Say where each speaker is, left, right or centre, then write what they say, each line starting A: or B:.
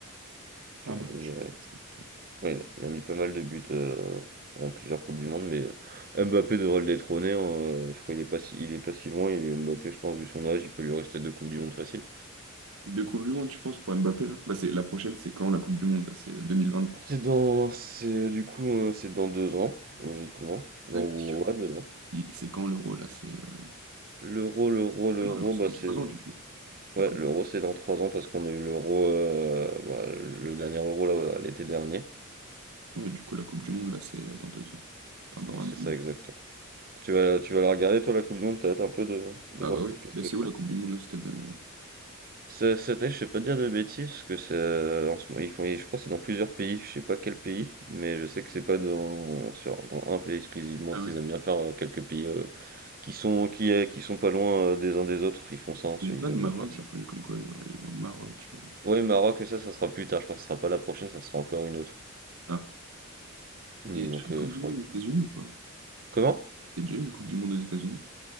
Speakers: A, on the right; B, on the right.
A: Qui
B: Ah
A: a mis,
B: bah non, je
A: euh,
B: savais pas ça du tout.
A: ouais, il a mis pas mal de buts euh, en plusieurs Coupes du Monde, mais euh, Mbappé devrait le détrôner. hein, euh, je crois qu'il est pas si, il est pas si loin, et Mbappé, je pense, vu son âge, il peut lui rester deux Coupes du Monde facile.
B: Deux Coupes du Monde, tu penses, pour Mbappé là? Bah, c'est, la prochaine, c'est quand la Coupe du Monde là? C'est 2020.
A: C'est dans, c'est du coup, euh, c'est dans deux ans, logiquement. Dans,
B: oui
A: ouais,
B: parce que
A: deux ans.
B: il- c'est quand l'Euro là? C'est. euh,
A: L'euro, l'euro, l'euro,
B: Ah non, l'Euro, c'est
A: bah
B: dans
A: c'est,
B: trois ans du coup. La
A: ouais,
B: coupe...
A: l'euro c'est dans trois ans parce qu'on a eu l'euro, euh, bah, le dernier euro là, ouais, l'été dernier.
B: Ouais, du coup, la Coupe du Monde là, c'est euh, dans deux ans. Enfin, dans
A: Ouais,
B: un
A: C'est
B: an.
A: ça exact. Tu vas, tu vas la regarder toi la Coupe du Monde, peut-être un peu de, de
B: Ah
A: voir
B: bah oui,
A: qu'est-ce que c'est.
B: mais c'est où la Coupe du Monde là cette année? euh
A: Ce- Cette année, je sais pas te dire de bêtises, parce que c'est euh, en ce moment, ils font, je crois que c'est dans plusieurs pays, je sais pas quel pays, mais je sais que c'est pas dans, sur, dans un pays exclusivement,
B: Ah ouais.
A: ils aiment bien faire euh, quelques pays euh, Qui sont qui, eh, qui sont pas loin, heu, des uns des autres, ils font ça, hein,
B: Il n'y
A: ils
B: a pas le
A: aiment
B: Maroc,
A: bien faire
B: j'ai
A: ça.
B: entendu comme quoi il y aurait au Maroc. euh.
A: Oui, Maroc, mais ça, ça sera plus tard, je crois que ça sera pas la prochaine, ça sera encore une autre.
B: Ah,
A: Oui,
B: il y a déjà
A: donc
B: une
A: heu,
B: Coupe
A: je
B: du
A: crois
B: Monde aux États-Unis ou pas?
A: comment?
B: Il y a déjà eu une Coupe du Monde aux États-Unis?